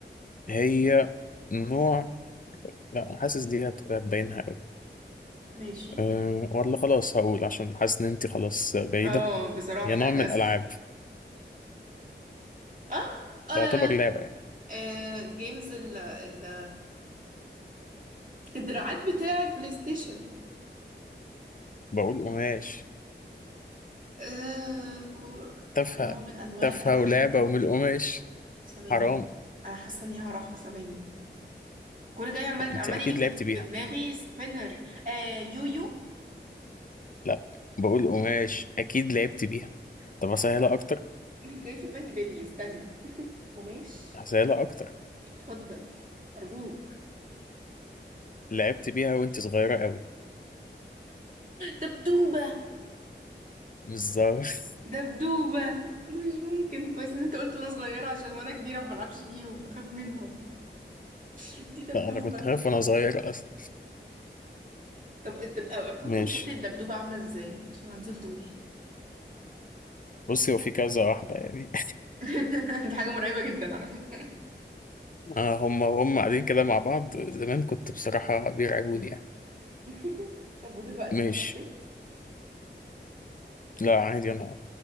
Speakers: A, on the left; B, on the right.
A: هي نوع لا حاسس دي هت- هتبينها قوي
B: ماشي
A: أه ولا خلاص هقول عشان حاسس ان انت خلاص بعيدة
B: اه بصراحة
A: هي نوع
B: للأسف
A: من الالعاب
B: اه,
A: تعتبر
B: آه.
A: لعبة يعني
B: آه. جيمز ال الدراعات بتاعة بلاي ستيشن
A: بقول قماش
B: آه كور
A: تافهة
B: نوع من أنواع
A: تافهة
B: الألعاب
A: ولعبة ومن القماش
B: ثواني
A: حرام
B: أنا حاسة إني هعرفها ثواني كل جاي عمال
A: لا انت
B: عمال
A: اكيد
B: يجي في
A: لعبت بيها
B: في دماغي سبينر آه يويو
A: لا بقول قماش اكيد لعبت بيها طب اسهلها اكتر
B: <laughs> جاي في دماغي بلي استنى قماش
A: اسهلها اكتر
B: اتفضل أرجوك
A: لعبت بيها وانت صغيرة قوي
B: دبدوبة
A: بالظبط <laughs>
B: دبدوبة مش ممكن كويس إن أنت قلت وأنا صغيرة عشان وأنا كبيرة ما بلعبش بيهم بخاف منهم <laughs> دي دبدوبة
A: لا انا كنت خايف وانا صغير اصلا
B: طب طب أرجوك
A: ماشي
B: اوصفلي الدبدوبة عاملة إزاي عشان عندي فضول
A: بصي هو في كذا واحدة يعني
B: <laughs> دي حاجة مرعبة جدا على فكرة
A: آه هم وهم قاعدين كده مع بعض زمان كنت بصراحة بيرعبوني يعني
B: <laughs> طب ودلوقتي
A: ماشي
B: تخطيت
A: لا عادي أنا